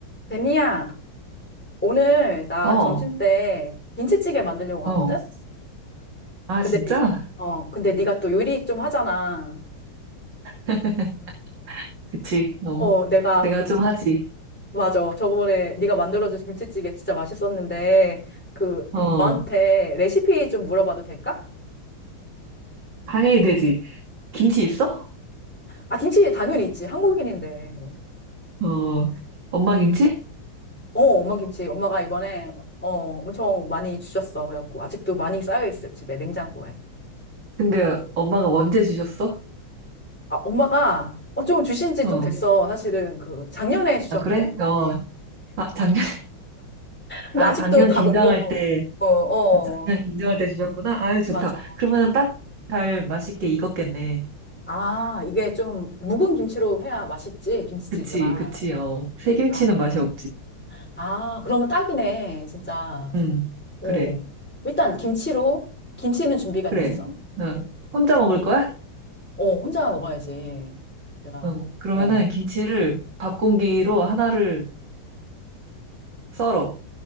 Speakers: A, in the centre; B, on the right.
A: 베니야, 오늘 나
B: 어,
A: 점심 때 김치찌개 만들려고
B: 어.
A: 하거든?
B: 아,
A: 근데
B: 진짜?
A: 니, 어, 근데 네가 또 요리 좀 하잖아.
B: <laughs> 그치. 어.
A: 어, 내가
B: 내가
A: 그,
B: 좀 하지.
A: 맞아. 저번에 네가 만들어준 김치찌개 진짜 맛있었는데, 그,
B: 어.
A: 너한테 레시피 좀 물어봐도 될까?
B: 당연히 되지. 김치 있어?
A: 아, 김치 당연히 있지. 한국인인데.
B: 어. 엄마 김치?
A: 어, 엄마 김치. 엄마가 이번에, 어, 엄청 많이 주셨어. 그래갖고, 아직도 많이 쌓여있어. 집에, 냉장고에.
B: 근데 엄마가 언제 주셨어?
A: 아, 엄마가, 어, 좀 주신 지
B: 어.
A: 좀 됐어. 사실은 그, 작년에 주셨거든?
B: 아, 그래? 어. 아, 작년에.
A: 근데
B: 아,
A: 아직도
B: 작년
A: 다
B: 김장할
A: 못 먹어.
B: 때,
A: 어, 어.
B: 작년 김장할 때 주셨구나? 아유, 좋다.
A: 맞아.
B: 그러면은 딱 잘 맛있게 익었겠네.
A: 아, 이게 좀 묵은 김치로 해야 맛있지, 김치찌개가.
B: 그치, 그치, 어. 새김치는
A: 아,
B: 맛이 없지.
A: 아, 그러면 딱이네, 진짜.
B: 응.
A: 오.
B: 그래,
A: 일단 김치로, 김치는 준비가
B: 그래.
A: 됐어.
B: 어. 혼자 먹을 거야?
A: 오, 혼자 먹어야지. 내가,
B: 어, 그러면은
A: 어,
B: 김치를 밥 공기로 하나를 썰어.